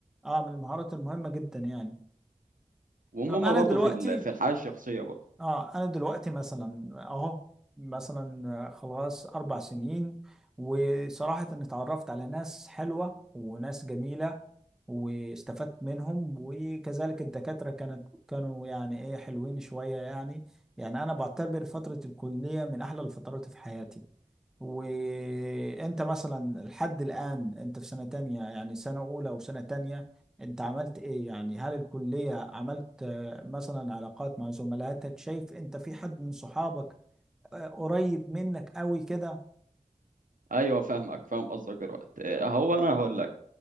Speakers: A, in the centre; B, on the right (about 85°).
A: اه من المهارات المهمة جدا يعني
B: وهم
A: طب انا
B: برضه
A: دلوقتي
B: في ال- في الحياه الشخصيه برضه
A: اه انا دلوقتي مثلا اهو مثلا خلاص اربع سنين وصراحة اني اتعرفت على ناس حلوة وناس جميلة واستفدت منهم وكذلك الدكاترة كانت كانوا يعني ايه حلوين شوية يعني يعني انا بعتبر فترة الكلية من احلى الفترات في حياتي وانت مثلا لحد الان انت في سنة تانية يعني سنة اولى وسنة تانية انت عملت ايه يعني هل الكلية عملت آه، مثلا علاقات مع زملاتك شايف انت في حد من صحابك آه، قريب منك قوي كده
B: ايوه فاهمك فاهم قصدك دلوقتي هو انا هقول لك